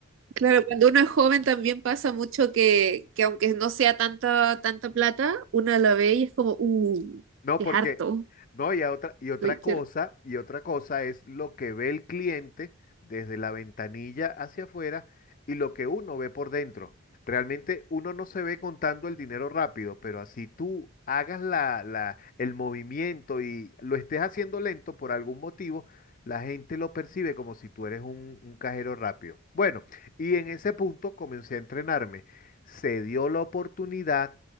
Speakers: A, on the right (about 55°); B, on the left (about 35°).
A: Claro, cuando uno es joven también pasa mucho que, que aunque no sea tanta, tanta plata, uno la ve y es como, uh,
B: No,
A: qué
B: porque,
A: harto.
B: no, y a otra, y otra
A: Ay,
B: cosa,
A: qué-
B: y otra cosa es lo que ve el cliente desde la ventanilla hacia afuera y lo que uno ve por dentro. Realmente uno no se ve contando el dinero rápido, pero así tú hagas la, la- el movimiento y lo estés haciendo lento por algún motivo, la gente lo percibe como si tú eres un, un cajero rápido. Bueno, y en ese punto comencé a entrenarme. Se dio la oportunidad